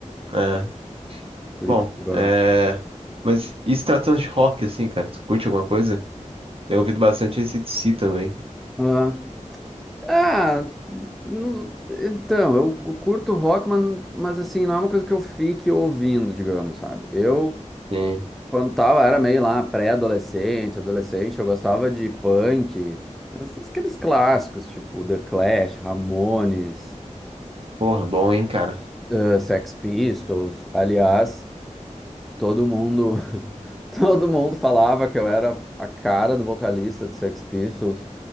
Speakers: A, on the right; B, in the centre.
A: É.
B: Curitiba.
A: Bom, é... Mas e se tratando de rock, assim, cara? Tu curte alguma coisa? Eu ouvido bastante AC/DC também.
B: Ah, ah, não- então, eu curto rock, mas, mas assim, não é uma coisa que eu fique ouvindo, digamos, sabe? Eu
A: Sim.
B: Quando tava, era meio lá pré-adolescente, adolescente, eu gostava de punk, esses- aqueles clássicos, tipo The Clash, Ramones,
A: Porra, bom, hein, cara?
B: eh, Sex Pistols. Aliás, todo mundo, <laughs> todo mundo falava que eu era a cara do vocalista de Sex Pistols,